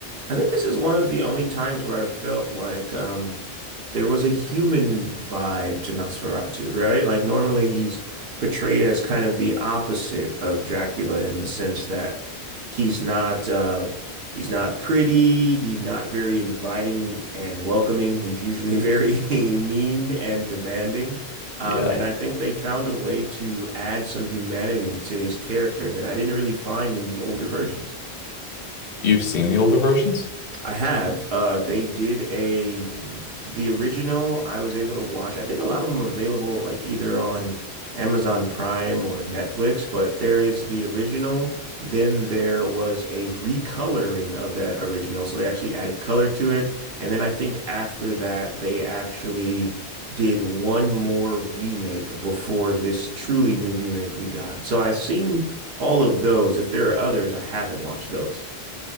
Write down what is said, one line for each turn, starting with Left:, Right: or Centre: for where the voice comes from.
Right: I think this is one of the only times where I felt like um, there was a human vibe to Nosferatu, right? Like normally he's portrayed as kind of the opposite of Dracula in the sense that he's not uh, he's not pretty, he's not very inviting and welcoming. He's usually very <laughs> mean and demanding. Um,
Left: Yeah.
Right: and I think they found a way to add some humanity to his character that I didn't really find in the older versions.
Left: You've seen the older versions?
Right: I have. Uh, they did a the original I was able to watch. I think a lot of them are available like either on Amazon Prime or Netflix, but there is the original. Then there was a recoloring of that original. So they actually added color to it. And then I think after that, they actually did one more remake before this truly new remake we got. So I've seen all of those. If there are others, I haven't watched those.